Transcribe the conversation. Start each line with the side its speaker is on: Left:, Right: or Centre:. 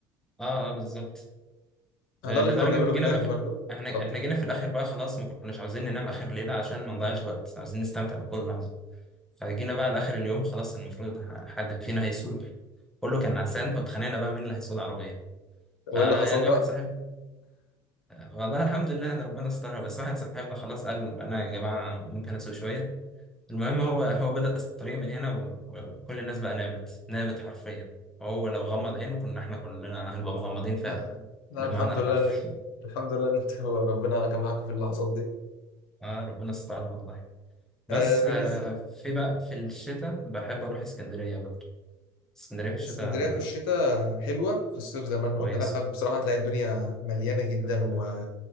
Centre: اه آه، بالظبط آه
Left: ده اللي
Centre: لدرجة
Left: احنا كنا بنعمله
Centre: جينا
Left: هناك
Centre: بقى
Left: برضه
Centre: في... احنا
Left: اتفضل
Centre: احنا جينا في الاخر بقى خلاص ما كناش عاوزين ننام اخر ليلة عشان ما نضيعش وقت عاوزين نستمتع بكل لحظة فجينا بقى لاخر اليوم خلاص المفروض ح- حد فينا هيسوق كله كان نعسان فاتخانقنا بقى مين اللي هيسوق العربية فيعني
Left: وايه اللي حصل بقى؟
Centre: واحد صاحب والله الحمد لله يعني ربنا استرها بس واحد صاحبنا خلاص قال انا يا جماعة ممكن اسوق شوية المهم هو هو بدأ الطريق من هنا و- وكل الناس بقى نامت نامت حرفيا وهو لو غمض عينه كنا احنا كلنا هنبقى مغمضين فعلا
Left: لا لا،
Centre: بالمعنى
Left: الحمد
Centre: الحرفي
Left: لله ان الحمد لله ان انتوا <laughs> ربنا كان معاكم في اللحظات دي
Centre: <laughs> اه ربنا استر والله بس
Left: آه بالنسبه
Centre: آه، في بقى في الشتاء بحب اروح اسكندرية برضه اسكندرية في الشتاء
Left: اسكندرية في الشتاء حلوة في الصيف زي ما احنا
Centre: كويس
Left: قلنا لأ بصراحة هتلاقي الدنيا مليانة جدا و...